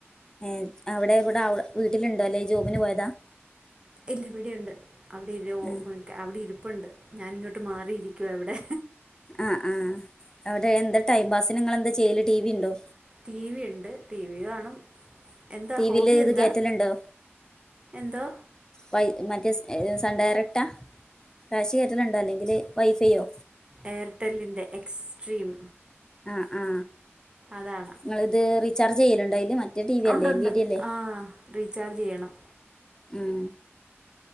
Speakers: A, on the left (about 15°); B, on the right (about 20°).
A: ഏ അവടെ ഇവടെ അവ് വീട്ടില്ണ്ടോ അല്ലേ ജോബിന് പോയതാ
B: എല്ല ഇവഡ്യുണ്ട് അവിടെ ഒരു
A: ആഹ്
B: അവടെ ഇരുപ്പുണ്ട് ഞാനിങ്ങോട്ട് മാറിയിരിക്കുവ ഇവടെ
A: ആ ആ അവടെ എന്താ ടൈം പാസ് നിങ്ങള് എന്താ ചെയ്യല് ടി വി ഇണ്ടോ
B: ടി വി ഇണ്ട് ടി വി കാണും എന്താ
A: ടി
B: ഹോബി
A: വിൽ ഇത്
B: എന്താ
A: കേറ്റലുണ്ടോ
B: എന്തോ
A: വൈ മറ്റേ സൺ ഡയറക്ടാ കാശ് കേറ്റല്ണ്ടോ അല്ലെങ്കില് വൈഫൈയോ
B: എയർടെല്ലിന്റെ എക്സ്ട്രീം
A: ആ ആ
B: അതാണ്
A: ഇങ്ങള് ഇത് റീചാർജ് ചെയ്യല്ണ്ടോ അയില് മറ്റേ ടി വി
B: ഉണ്ടുണ്ട്
A: അല്ലേ എൽ ഇ ഡി അല്ലേ
B: ആ റീചാർജ് ചെയ്യണം
A: ഉം